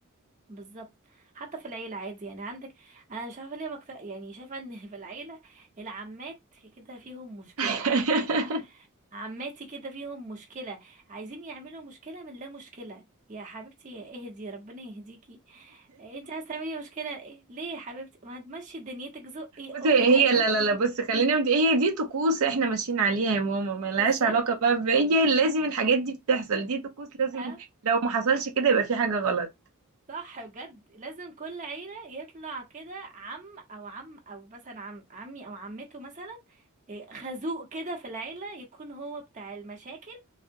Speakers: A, on the right; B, on the right.
A: بالظبط حتى في العيلة عادي يعني عندك انا مش عارفة ليه بكتر يعني شايفة ان في العيلة العمات كده فيهم مشكلة
B: <laughs>
A: عارفة عماتي كده فيهم مشكلة عايزين يعملوا مشكلة من لا مشكلة يا حبيبتي اهدي ربنا يهديكي انت عايزة تعملي مشكلة ايه ليه يا حبيبتي ما تمشي دنيتك زقي
B: بصي
A: ام
B: هي
A: الايام
B: لا لا لا بص خلينا مت... هي دي طقوس احنا ماشيين عليها يا ماما ملهاش
A: <laughs> بالظبط
B: علاقة بقى ب- هي لازم الحاجات دي بتحصل دي طقوس لازم
A: اه
B: لو ما حصلش كده يبقى في حاجة غلط
A: صح بجد لازم كل عيلة يطلع كده عم او عم او مثلا عم عمي او عمته مثلا إيه، خازوق كده في العيلة يكون هو بتاع المشاكل